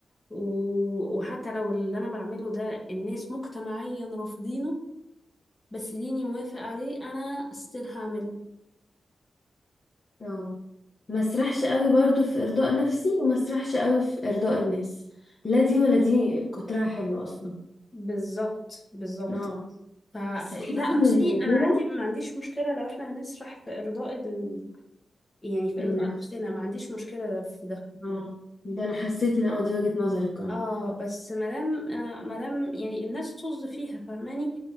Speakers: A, on the left; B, on the left.
A: و- وحتى لو اللي انا بعمله ده الناس مجتمعيا رافضينه بس ديني موافق عليه انا ستيل هعمله
B: اه ما اسرحش قوي برضو في إرضاء نفسي وما اسرحش قوي في إرضاء الناس لا دي ولا دي كترها حلوة أصلا
A: بالظبط بالظبط
B: اه
A: فلا
B: بس تحسي ان
A: بصي
B: الموضوع
A: انا عندي ما عنديش مشكله لو احنا هنسرح في ارضاء ال... يعني في
B: النفس
A: ارضاء نفسنا ما عنديش مشكله في ده
B: اه ده انا حسيت ان اه دي وجهة نظرك اه
A: اه بس مادام آه مادام يعني الناس طز فيها فاهماني